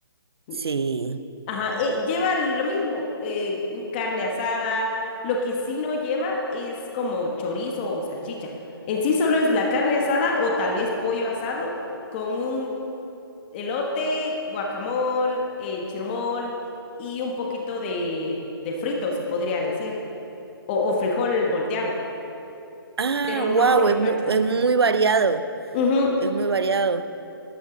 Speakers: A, on the left (about 25°); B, on the right (about 80°).
A: N-
B: Sí.
A: Ajá, eh, lleva lo mismo, eh, un carne asada. Lo que sí no lleva es como chorizo o salchicha. En sí solo es la carne asada o tal vez pollo asado con un elote, guacamole, eh, chirmol y un poquito de, de frito, se podría decir, o, o frijol volteado,
B: Ah,
A: pero no
B: wow,
A: se le
B: es
A: va
B: muy,
A: chorizo.
B: es muy variado.
A: Ujú.
B: Es muy variado.